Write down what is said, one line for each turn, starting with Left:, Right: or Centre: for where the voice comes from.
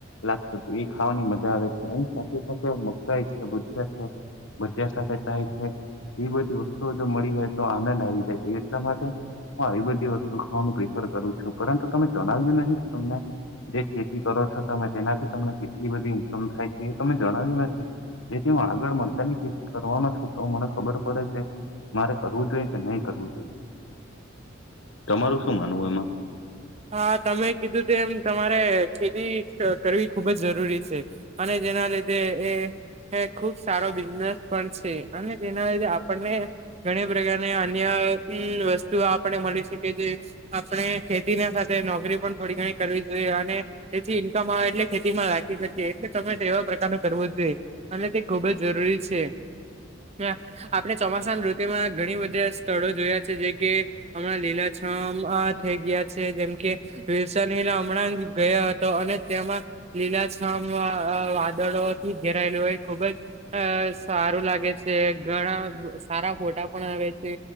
Left: લાગશે તો એ ખાવાની મજા આવે છે, એની સાથે સાથે મકાઈ અને ભજીયા ભજીયા સાથે ખાય છે, એવી બધી વસ્તુઓ જો મળી જાય તો આનંદ આવી જાય એ એટલા માટે હું આવી બધી વસ્તુ ખાવાનું પ્રિફર કરું છું પરંતુ તમે જણાવ્યું નહી તમને જે ખેતી કરો છો તમે તેનાથી તમને કેટલી બધી ઈન્કમ થાય છે, એ તમે જણાવ્યું નથી એથી હુ આગળ મલ ચાની ખેતી કરવાનો છું તો મને ખબર પડે છે, મારે કરવું જોઈએ કે નઈ કરવું જોઈએ
Right: <inaudible>
Left: તમારું શું માનવું એમાં?
Right: હા, તમે કીધું તેમ તમારે ખેતી કરવી ખૂબ જ જરૂરી છે. અને જેના લીધે એ એ ખૂબ સારો બિઝનેસ પણ છે, અને તેના લીધે આપણને ઘણી પ્રકારની અન્ય વસ્તુ આપણે મળી શકી છે. આપણે ખેતીના સાથે નોકરી પણ થોડી ઘણી કરવી જોઈએ અને તેથી ઇન્કમ આવે એટલે ખેતીમાં રાખી શક કીયે એટલે તમે તેવા પ્રકારનુ કરવો જોઈએ અને તે ખુબ જ જરૂરી છે. હ, આપણે ચોમાસાની ઋતુમાં ઘણી બધી સ્થળો જોયા છે, જે કે હમણાં લીલા છમ અ થઈ ગયા છે, જેમકે વિલસન હિલે હમણાં જ ગયો હતો અને તેમાં લીલા છમ અ વાદળોથી ઘેરાયેલું હોય ખુબ જ અ સારું લાગે છે, ઘણા સારા ફોટા પણ આવે છે.